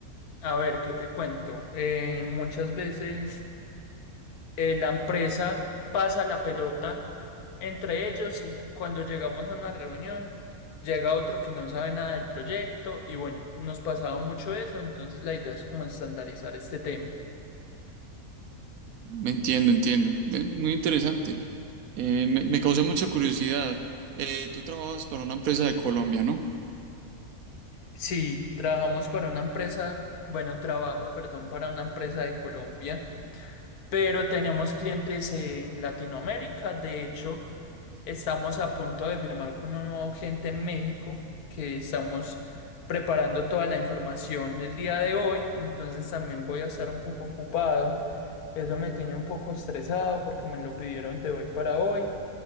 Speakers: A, on the left (about 90°); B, on the right (about 75°).
A: a ver, ¿qué te cuento? Eh, muchas veces eh, la empresa pasa la pelota entre ellos y cuando llegamos a una reunión, llega otro que no sabe nada del proyecto y bueno, nos pasaba mucho eso, entonces la idea es como estandarizar este tema.
B: Entiendo, entiendo. Eh, Muy interesante. Eh, me, me causa mucha curiosidad. Eh, tú trabajas para una empresa de Colombia, ¿no?
A: Si trabajamos para una empresa, bueno, trabajo, perdón, para una empresa de Colombia, pero tenemos clientes en Latinoamérica, de hecho. Estamos a punto de firmar con un nuevo cliente en México, que estamos preparando toda la información el día de hoy, entonces también voy a estar un poco ocupado. Eso me tiene un poco estresado porque me lo pidieron de hoy para hoy